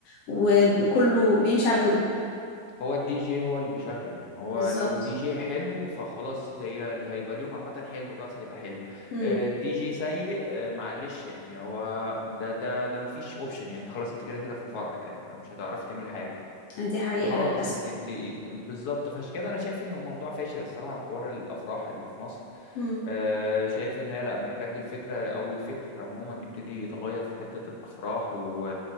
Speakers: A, on the left; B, on the left.
A: وكله بيمشي على كله
B: هو الدي جي هو اللي بيشغل يعني هو
A: بالظبط
B: لو الدي جي حلو فخلاص هي اللي هيبقى اليوم عامة حلو الرأس هيبقى حلو
A: امم
B: آه، الدي جي سيء آه، معلش يعني هو ده ده ده مفيش اوبشن يعني انت خلاص انت كده كده في الفرح يعني فمش هتعرفي تعملي حاجة
A: دي حقيقة
B: فخلاص
A: للاسف
B: انت انت بالظبط فعشان كده انا شايف انه موضوع فاشل الصراحه حوار الافراح اللي في مصر
A: امم
B: آه، شايف ان هي لا محتاج الفكره او الفكر عموما يبتدي يتغير في حته الافراح و...